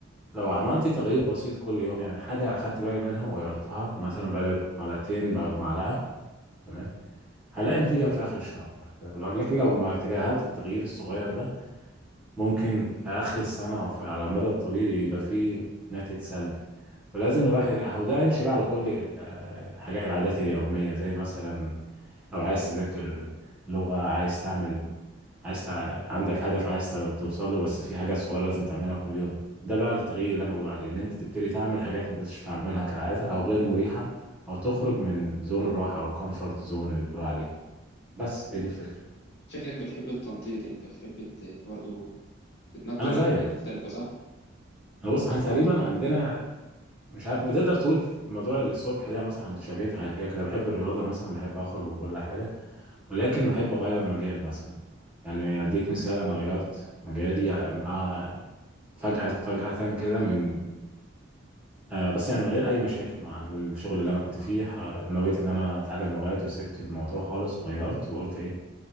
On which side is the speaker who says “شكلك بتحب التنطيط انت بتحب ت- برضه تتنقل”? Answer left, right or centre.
Left